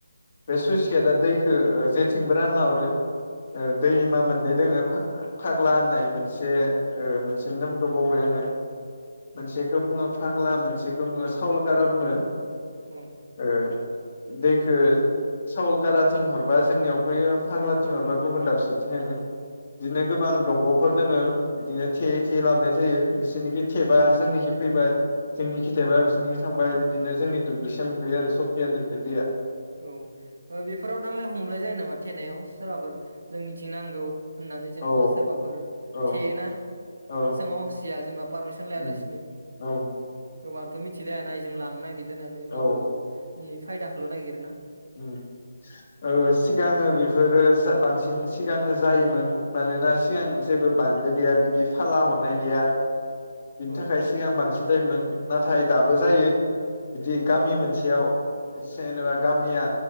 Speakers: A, on the left (about 40°); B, on the right (about 85°).
A: बे
B: औ
A: सुइस गेटा दै खो ओ जेथिंबो रानना हरो। ओ दैमा
B: औ
A: मोननै दोङो। फा फाग्ला होननाय मोनसे ओ मोनसेनि नामखो बावबाय आङो। मोनसेखो
B: औ
A: बुङो। फाग्ला मोनसेखौ बुङो सावलकारा बुङो।
B: औ
A: एह। दैखो सावलकाराथिं हरबा जोंनियाव फैयो फाग्लाथिं हरबा गुबुन दाबसे थिं थाङो। इदिनो गोबां दंग फोर दोङो बिदिनो थेयै थेयै लाबनाय जायो। बिसोरनिखि थेबा
B: औ
A: जोंनिखि फैबाय। जोंनिखि थायाबा बिसोरनिखि थांबाय बिदिनो जोंनि दुब्लिसिम मोनफैयो आरो सब <unintelligible>
B: औ ओ बेफोराव नांलाय खमलाय जायो नामा थेनायाव सोरबाफोर जों निथिं नांगौ होननानै जेनेबा
A: औ
B: सोरबाफोर
A: औ
B: थेयोना
A: ओ
B: सोंआहसिया जेनेबा पारमिसन लायालासिनो
A: उम औ
B: गोबांथ' मिथिलाया ना इजों लांनागिर दो होननानै
A: औ
B: गावबा गावनि फायदाखौल' नागिर
A: ओम ओ सिगाङो बेफोर इफोरो बांसिन सिगांओ जायोमोन मानोना सिगां जेबो
B: औ
A: बान्दो गैया बिदि फाला हरनाय गैया। बिनि
B: अ
A: थाखाय सिगां बांसिन जायोमोन नाथाय दाबो जायो। बिदि
B: औ
A: गामि मोनसेयाव जेनेबा गामिया